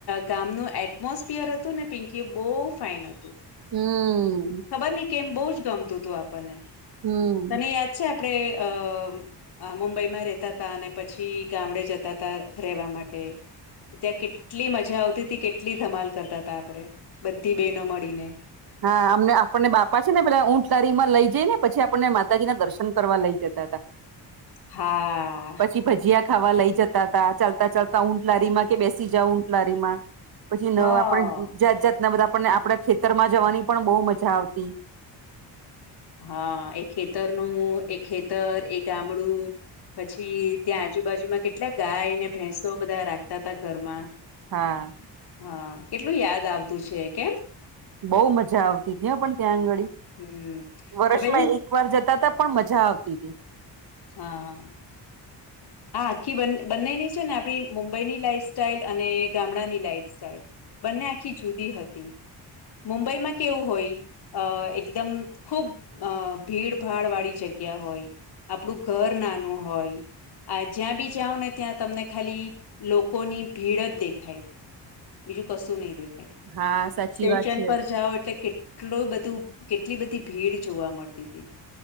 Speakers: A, on the left (about 60°); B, on the right (about 55°).
A: ગામનું એટમોસપિયર હતું ને પિંકી એ બહુ ફાઈન હતું.
B: હમ્મ
A: ખબર નહી કે એમ બહુ જ ગમતું હતું આપણને
B: હમ
A: તને યાદ છે આપણે અ આ મુંબઈ માં રેતા હતાા અને પછી ગામડે જતા હતાા રહેેવા માટે ત્યાં કેટલી મજા આવતી હતી કેટલી ધમાલ કરતા હતાા આપડે બધી બહેનો મળીને.
B: હા અમને આપણને બાપા છે ને પેલા ઊંટ લારીમાં લઈ જઈ ને પછી આપણને માતાજી ના દર્શન કરવા લઈ જતા હતા.
A: હા.
B: પછી ભજીયા ખાવા લઈ જતા તા ચાલતા ચાલતા ઊંટ લારી માં કે બેસી જાવ ઊંટ લારી માં પછી
A: હા
B: આપણે જાત જાત ના બધા આપણને આપડા ખેતર માં જવાની પણ બો મજા આવતી
A: હા એ ખેતરનું એ ખેતર એ ગામડું પછી ત્યાં આજુબાજુમાં કેટલા ગાયને ભેંસો બધા રાખતા હતા ઘરમાં
B: હા.
A: હા કેટલું યાદ આવતું છે કેમ.
B: બઉુ મજા આવતી ત્યાં પણ ત્યાં આંગળી.
A: હમ્મ
B: વર્ષમાં
A: હવે
B: એક વાર જતા ત પણ મજા આવતી હતી.
A: હા. હા આખી બંનેની છે ને આપણી મુંબઈની લાઈફ સાઈલ અને ગામડાની લાઈફ સસ્ટાઈલ બંને આખી જુદી હતી મુંબઈમાં કેવું હોય અ એકદમ ખૂબ અ ભીડભાડ વાળી જગ્યા હોય આપણું ઘર નાનું હોય આ જ્યાં બી જાઓ ને ત્યાં તમને ખાલી લોકોની ભીડ જ દેખાય બીજું કશું ની દેખાય
B: હા સાચી
A: સ્ટેશન
B: વાત છે
A: પર જાઓ એટલે કે કેટલું બધું કેટલી બધી ભીડ જોવા મળતી તી